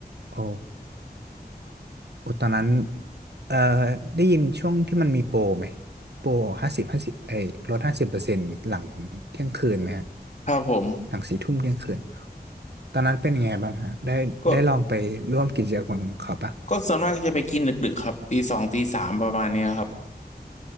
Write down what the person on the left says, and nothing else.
ครับผม
ก็ก็ส่วนมากจะไปกินดึกๆครับตีสองตีสามประมาณเนี้ยครับ